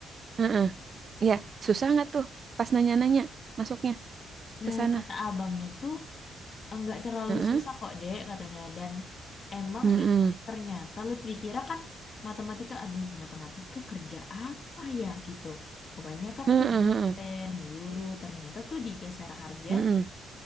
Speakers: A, on the right; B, on the left.
A: Heeh. Iya, susah nggak tuh pas nanya-nanya masuknya
B: Nah,
A: ke sana?
B: kata abangnya tuh Enggak terlalu
A: Heeh.
B: susah kok, Dek, katanya. Dan emang
A: Mm-mm.
B: i- ternyata Lutfi kira kan matematika, aduh, matematika kerja apa ya gitu. Kebanyakan
A: Heeh,
B: tuh dosen,
A: heeh,
B: guru, ternyata tuh di Jasara Harja
A: heeh,